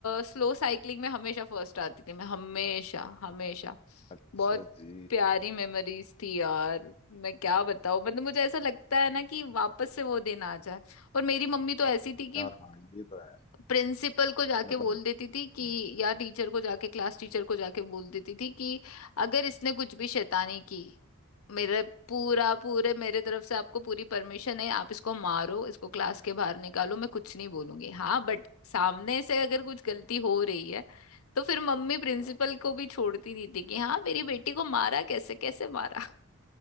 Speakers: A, on the left; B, on the left.
A: स्लो साइकिलिंग में हमेशा फर्स्ट आती थी मैं हमेशा हमेशा
B: अच्छा
A: बहुत
B: जी
A: प्यारी मेमोरीज थी यार मैं क्या बताऊं मतलब मुझे ऐसा लगता है ना कि वापस से वो दिन आ जाए और मेरी मम्मी तो ऐसी थी कि
B: यार हाँ ये तो है
A: प्रिंसिपल को जाके
B: मतलब
A: बोल देती थी कि
B: हम्म
A: या टीचर को जाके क्लास टीचर को जाके बोल देती थी कि अगर इसने कुछ भी शैतानी की मेरे पूरा पूरे मेरे तरफ से आपको पूरी परमिशन है आप इसको मारो इसको क्लास के बाहर निकालो मैं कुछ नहीं बोलूंगी हाँ बट सामने से अगर कुछ गलती हो रही है तो फिर मम्मी प्रिंसिपल
B: हम्म
A: को भी छोड़ती नहीं थी कि हाँ मेरी बेटी को मारा कैसे कैसे मारा